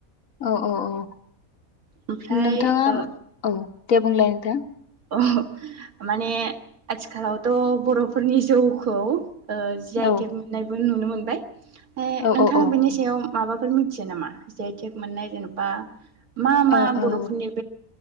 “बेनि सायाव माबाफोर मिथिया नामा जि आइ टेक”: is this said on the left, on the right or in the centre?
Right